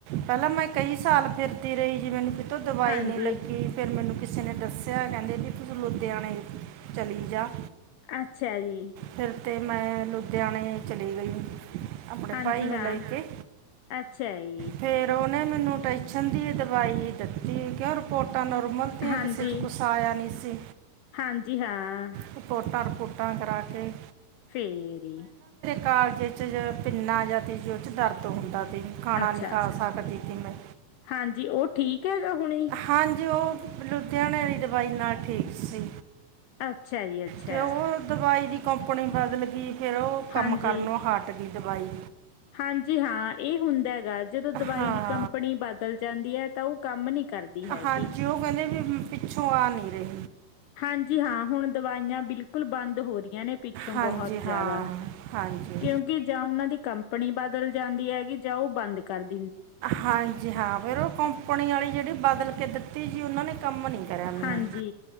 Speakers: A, on the right; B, on the left.
A: ਪਹਿਲਾਂ ਮੈਂ ਕਈ ਸਾਲ ਫਿਰਦੀ ਰਹੀ ਜੀ ਮੈਨੂੰ ਪ ਦਵਾਈ
B: ਹਾਂਜੀ
A: ਨੀ ਲੱਗੀ ਫੇਿਰ ਮੈਨੂੰ ਕਿਸੇ ਨੇ ਦੱਸਿਆ, ਕਹਿੰਦੇ ਵੀ ਤੁ ਲੁਧਿਆਣੇ ਚਲੀ ਜਾ।
B: ਅੱਛਾ ਜੀ।
A: ਫਿਰ ਤੇ ਮੈਂ ਲੁਧਿਆਣੇ ਚਲੀ ਗਈ। ਆਪਣੇ
B: ਹਾਂਜੀ
A: ਭਾਈ ਨੂੰ
B: ਹਾਂ,
A: ਲੈ ਕੇ
B: ਅੱਛਾ ਜੀ।
A: ਫਿਰ ਉਹਨੇ ਮੈਨੂੰ ਟੈਸ਼ਨ ਦੀ ਦਵਾਈ ਹੀ ਜੀ ਕਿਆ ਰਿਪੋਰਟ ਪੋਟਾਂ ਨੋਰਮਲ ਦੀਆਂ,
B: ਹਾਂਜੀ
A: ਕਿਸੇ ਚ ਕੁਛ ਆਇਆ ਨਹੀਂ ਸੀ
B: ਹਾਂਜੀ ਹਾਂ
A: ਰਿਪੋਟਾ ਫੋਟਾਂ ਕਰਾ ਕੇ।
B: ਫੇਰੀ।
A: ਕਾਲਜੇ਼ ਚ ਪਿੰਨਾ ਜਾਂ ਤੀਜਓ ਚ ਦਰਦ ਹੁੰਦਾ ਖਾਣਾ
B: ਅੱਛਾ
A: ਨਹੀਂ ਖਾ ਸਕਦੀ। ਸੀ ਮੈਂ
B: ਹਾਂਜੀ, ਉਹ ਠੀਕ ਹੈਗਾ ਹੁਣੇ?
A: ਹਾਂਜੀ, ਉਹ ਲੁਧਿਆਣੇ ਆਲੀ ਦਵਾਈ ਨਾਲ ਠੀਕ ਸੀ।
B: ਅੱਛਾ ਜੀ ਅੱਛਾ।
A: ਤੇ ਉਹ ਦਵਾਈ ਦੀ ਕੰਪਨੀ ਬਦਲ ਗਈ। ਫੇਰ ਉਹ ਕੰਮ
B: ਹਾਂਜੀ।
A: ਕਰਨੋ ਹੱਟ। ਦੀ ਦਵਾਈ।
B: ਹਾਂਜੀ ਹਾਂ ਇਹ ਹੁੰਦਾ ਹੈਗਾ ਜਦੋਂ ਦਵਾਈ
A: ਹਾਂ
B: ਦੀ ਕੰਪਨੀ ਬਦਲ ਜਾਂਦੀ ਹੈ ਤਾਂ ਉਹ ਕੰਮ। ਕੰਮ ਨੀ ਕਰਦੀ ਹੈਗੀ।
A: ਹਾਂਜੀ ਉਹ ਕਹਿੰਦੇ ਵੀ ਪਿੱਛੋਂ ਆ ਨਹੀਂ ਰਹੇ।
B: ਹਾਂਜੀ ਹਾਂ ਹੁਣ ਦਵਾਈਆਂ ਬਿਲਕੁਲ ਬੰਦ ਹੋ ਰਹੀਆਂ ਨੇ ਪਿੱਛੋਂ
A: ਹਾਂਜੀ
B: ਬਹੁਤ ਜ਼ਿਆਦਾ
A: ਹਾਂ ਹਾਂਜੀ
B: ਕਿਉਂਕਿ ਜਾਂ ਉਹਨਾਂ ਦੀ ਕੰਪਨੀ ਬਦਲ ਜਾਂਦੀ ਹੈਗੀ ਜਾਂ ਉਹ ਬੰਦ। ਕਰਦੇ।
A: ਹਾਂਜੀ ਹਾਂ ਫੇਰ ਉਹ ਕੰਪਨੀ ਵਾਲੀ ਜਿਹੜੀ ਬਦਲ ਕੇ ਦਿੱਤੀ। ਤੇ ਉਹਨਾਂ ਨੇ। ਕੰਮ ਨਹੀਂ ਕਰਿਆ ਮੈਨੂੰ
B: ਹਾਂਜੀ